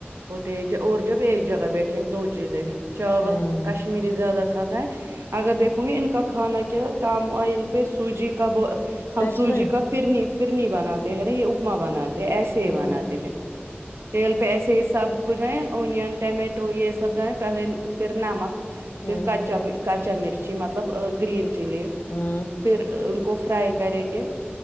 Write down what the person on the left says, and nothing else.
ہوں
سچ
میں
ہوں
ہوں
ہوں